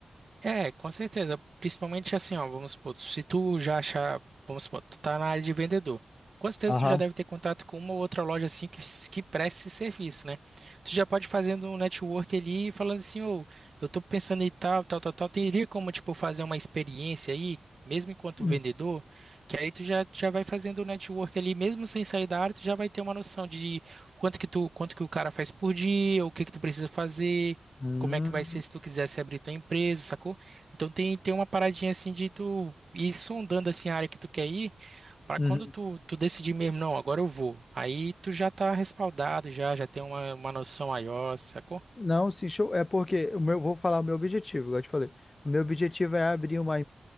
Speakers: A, on the right; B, on the left.
A: É, com certeza. Principalmente assim, ó, vamos supor, se tu já achar, vamos supor, tu tá na área de vendedor. Com certeza
B: Aham.
A: tu já deve ter contato com uma ou outra loja assim que, que presta esse serviço, né? Tu já pode fazendo um network ali e falando assim, ô, eu tô pensando em tal, tal, tal, tal. Teria como, tipo, fazer uma experiência aí, mesmo enquanto
B: Uhum.
A: vendedor, que aí tu já, já vai fazendo o network ali, mesmo sem sair da área, tu já vai ter uma noção de quanto que tu, quanto que o cara faz por dia, o que que tu precisa fazer,
B: Uhum.
A: como é que vai ser se tu quisesse abrir tua empresa, sacou? Então tem, tem uma paradinha assim de tu ir sondando assim a área que tu quer ir, para
B: Uhum.
A: quando tu, tu decidir mesmo, não, agora eu vou. Aí tu já tá respaldado, já já tem uma, uma noção maior, sacou?
B: Não, sim, show. É porque o meu, vou falar o meu objetivo, igual eu te falei. O meu objetivo é abrir uma